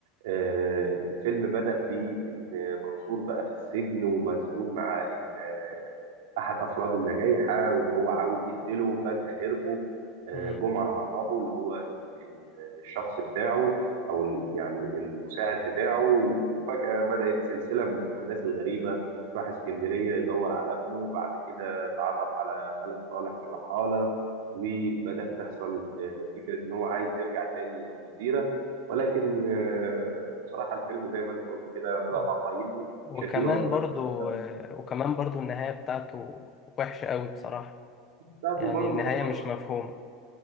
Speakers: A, on the right; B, on the left.
A: آه، الفيلم بدأ بان منصور بقى في السجن ومسجون مع ان آه، احد افراد النجايحه وان هو عاوز يقتله فجأة هربوا آه،
B: مم.
A: جمعه هربوا اللي هو ال- ال- الشخص بتاعه او ال- يعني المساعد بتاعه وفجأة بدأت سلسله من الاحداث الغريبه راح اسكندريه يدور على ابنه بعد كده اتعرف على خالد صالح في الرحاله وبدأ تحصل آه، فكرة إن هو عايز يرجع تاني الجزيرة ولكن آه، بصراحة الفيلم زي ما أنت قلت كده أنا لو
B: مم.
A: هقيمه
B: وكمان
A: مش هديله أكتر
B: برضو
A: من خمسة.
B: وكمان برضو النهاية بتاعته وحشة قوي بصراحة
A: بتاعته
B: يعني
A: برضه
B: النهاية
A: تعتبر
B: مش مفهومة